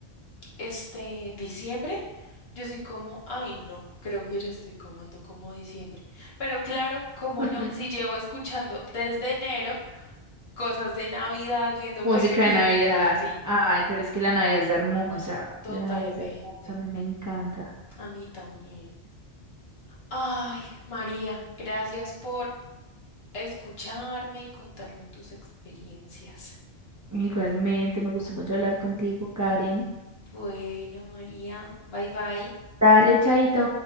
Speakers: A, on the left; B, on the right.
A: este diciembre, yo soy como, ay, no, creo que ya estoy comando como diciembre. Pero claro, como
B: <laughs>
A: no, si llevo escuchando desde enero cosas de Navidad, viendo
B: Música
A: películas,
B: de Navidad.
A: sí,
B: Ay, pero es que la Navidad es hermosa.
A: totalmente.
B: La Navidad es hermosa, a mí me encanta.
A: A mí también. Ay, María, gracias por escucharme y contarme tus experiencias.
B: Igualmente, me gustó mucho hablar contigo, Karen.
A: Bueno, María, bye bye.
B: Dale, chaito.